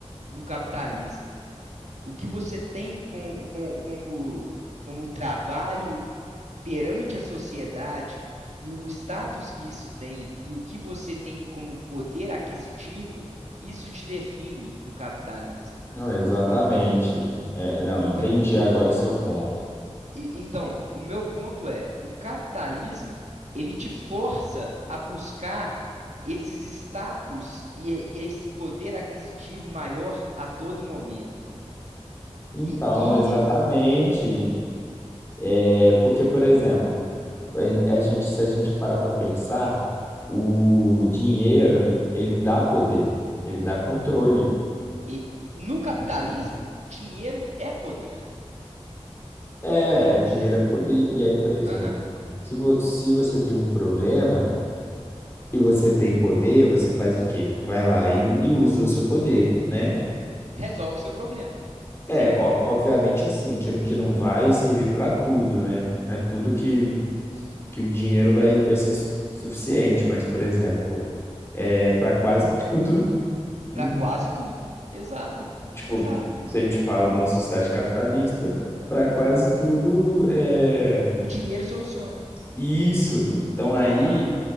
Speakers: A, on the right; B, on the left.
A: no capitalismo. O que você tem com, com- como, como trabalho perante a sociedade e o status que isso tem e o que você tem como poder aquisitivo, isso te define no capitalismo.
B: Não, exatamente.
A: Então,
B: É, não,
A: então,
B: entendi agora o seu ponto.
A: e- então, o meu ponto é, o capitalismo, ele te força a buscar esses status e, e esse poder aquisitivo maior a todo momento, velho.
B: Então,
A: E, e
B: exatamente. É porque, por exemplo, ele- a gente, se a gente parar para pensar, o dinheiro, ele dá poder, ele dá controle.
A: E no capitalismo, dinheiro é poder.
B: É, é, dinheiro é poder. E aí, por exemplo,
A: Aham.
B: se, vo- se você tem um problema e você tem poder, você faz o quê? Vai lá e, e usa o seu poder, né?
A: Resolve seu problema. Sim,
B: É, o- obviamente assim, que, que não vai servir para tudo, né? Não é tudo que, que o dinheiro vai, vai ser su- suficiente, mas, por exemplo, é para quase tudo, <laughs> uhum,
A: para quase tudo. Exato,
B: tipo,
A: exato.
B: se a gente fala de uma sociedade capitalista, para quase tudo é
A: O dinheiro soluciona.
B: isso. Então aí
A: Aham,